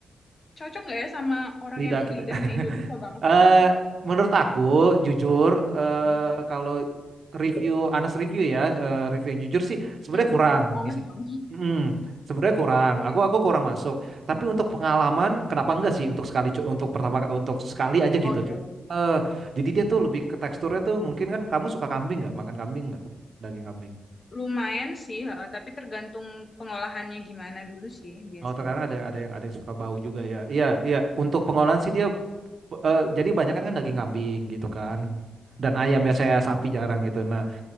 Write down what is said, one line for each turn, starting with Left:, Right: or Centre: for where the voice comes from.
Left: cocok nggak ya sama orang
Right: lidah
Left: yang
Right: kita.
Left: lidahnya
Right: <laughs>
Left: Indonesia banget
Right: Eh,
Left: gitu kan?
Right: menurut aku, jujur, eh,
Left: Hmm.
Right: kalau review, honest review ya, eh, review yang jujur sih, sebenarnya
Left: Hmm,
Right: kurang.
Left: harus aneh
Right: di sini.
Left: dong.
Right: Mm, sebenarnya kurang.
Left: Oke.
Right: Aku aku kurang masuk. Tapi untuk pengalaman, kenapa enggak sih untuk sekali, co- untuk pertama, untuk sekali aja
Left: Oh
Right: gitu.
Left: iya
Right: co-
Left: sih.
Right: Eh, jadi dia tuh lebih ke teksturnya tuh mungkin kan kamu suka kambing nggak? Makan kambing nggak? Daging kambing.
Left: Lumayan sih, heeh, tapi tergantung pengolahannya gimana dulu sih biasanya.
Right: Oh, terkadang ada ada yang ada yang suka bau juga ya. Iya, iya. Untuk pengolahan sih dia eh, jadi banyak kan daging kambing gitu kan dan ayam biasanya sapi jarang gitu nah